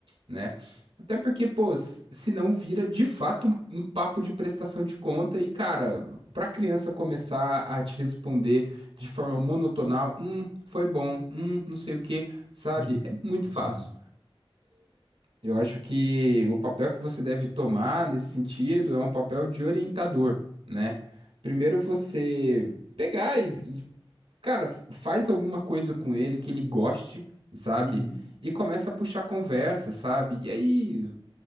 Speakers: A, on the right; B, on the left.
A: né? Até porque, pô, s- se não vira de fato um, um papo de prestação de conta e, cara, pra criança começar a te responder de forma monotonal, hum, foi bom, hum, não sei o quê, sabe?
B: uhum,
A: É muito fácil.
B: Sim.
A: Eu acho que o papel que você deve tomar nesse sentido é um papel de orientador, né? Primeiro você pegar e, e, cara, faz alguma coisa com ele que ele goste, sabe?
B: uhum,
A: E começa a puxar conversa, sabe? E aí